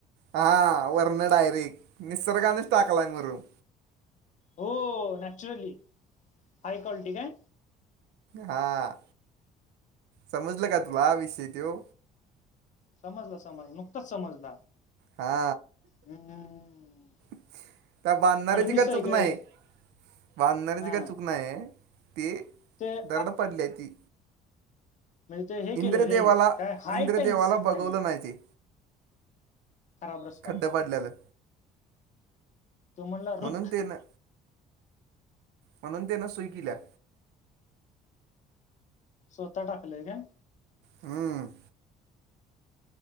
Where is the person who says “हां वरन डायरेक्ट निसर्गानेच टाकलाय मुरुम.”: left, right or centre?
Right